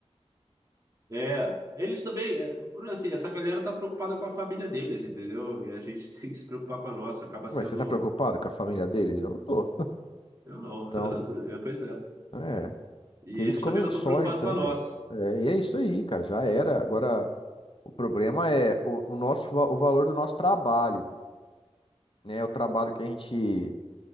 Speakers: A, on the right; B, on the left.
A: É, eles também, é, por assim, essa galera tá preocupada com a família deles, entendeu? E a gente <laughs> tem que se preocupar com a nossa, acaba sendo.
B: Ué, você tá preocupado com a família deles? Eu não tô.
A: Eu não,
B: Então,
A: <laughs> É, pois é.
B: é.
A: E
B: Que
A: eles
B: eles comem
A: também não estão
B: soja,
A: preocupados
B: tá
A: com
B: nem
A: a nossa.
B: aí. cara. É, e é isso aí, cara. Já era. Agora, o problema é o, o nosso, va- o valor do nosso trabalho, né? O trabalho que a gente,